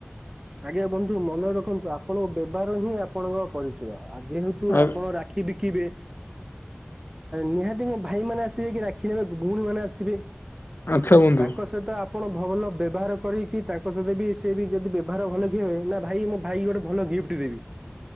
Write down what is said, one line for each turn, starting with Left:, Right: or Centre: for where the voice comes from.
Right: ଆଜ୍ଞା ବନ୍ଧୁ ମନେ ରଖନ୍ତୁ ଆପଣଙ୍କ ବ୍ୟବହାର ହିଁ ଆପଣଙ୍କ ପରିଚୟ ଆ ଯେହେତୁ
Left: ଆ
Right: ଆପଣ ରାକ୍ଷୀ ବିକିବେ ନିହାତି ମୋ ଭାଇ ମାନେ ଆସିବେ କି ରାକ୍ଷୀ ନେବେ ଭଉଣୀ ମାନେ ଆସିବେ।
Left: ଆଚ୍ଛା ବନ୍ଧୁ
Right: ତାଙ୍କ ସହିତ ଆପଣ ଭଲ ବ୍ୟବହାର କରିକି ତାଙ୍କ ସହିତ ବି ସେ ବି ଯଦି ବ୍ୟ ବ୍ୟବହାର ଭଲ ଥିବ। ନା ଭାଇ ମୋ ଭାଇ ଗୋଟେ ଭଲ ଗିଫ୍ଟ ଦେବି।